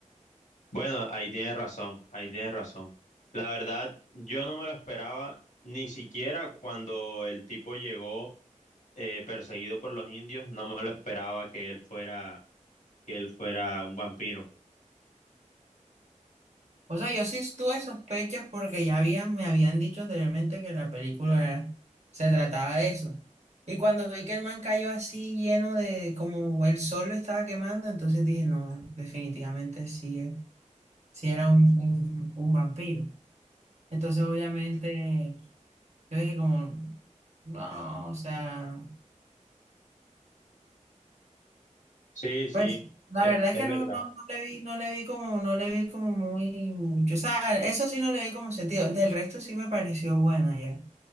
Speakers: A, on the left; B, on the right.
A: Bueno, ahí tienes razón, ahí tienes razón. La verdad, yo no me lo esperaba, ni siquiera cuando el tipo llegó eh, perseguido por los indios, no me lo esperaba que él fuera, que él fuera un vampiro.
B: O sea, yo sí tuve sospechas porque ya habían, me habían dicho anteriormente que la película era- se trataba de eso. Y cuando vi que el man cayó así lleno de, como el sol lo estaba quemando, entonces dije, no, definitivamente sí, es- sí era un, un un vampiro. Entonces, obviamente, yo dije como, no, o sea,
A: Sí, sí,
B: pues la
A: e-
B: verdad
A: es,
B: es que
A: verdad.
B: no, no, no le vi, no le vi como, no le vi como muy mucho. O sea, eso sí no le vi como sentido. Del resto sí me pareció buena ya.